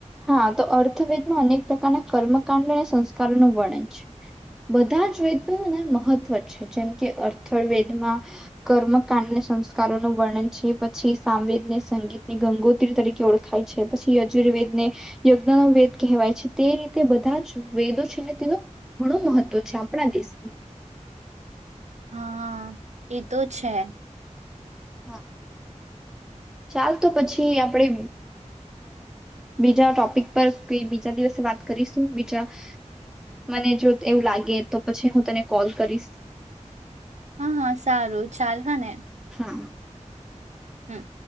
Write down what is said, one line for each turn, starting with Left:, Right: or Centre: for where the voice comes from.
Centre: હા તો અર્થવેદમાં અનેક પ્રકારના કર્મકાંડ અને સંસ્કારોનું વર્ણન છે બધા જ વેદના મહત્વ છે જેમ કે અર્થવેદમાં કર્મકાંડને સંસ્કારોનું વર્ણન છે પછી સામવેદને સંગીતની ગંગોત્રી તરીકે ઓળખાય છે પછી યજુર્વેદ ને યજ્ઞ નો વેદ કહેવાય છે તે રીતે બધા જ વેદો છે ને તેનો ઘણો મહત્ત્વ છે આપણા દેશમાં
Right: હા એ તો છે.
Centre: હા ચાલ તો પછી આપણે બીજા ટોપિક પર કઈ બીજા દિવસે વાત કરીશું બીજા મને જો એવું લાગે તો પછી હું તને કોલ કરીશ
Right: હા હા સારું ચાલ હા ને
Centre: હા
Right: હમ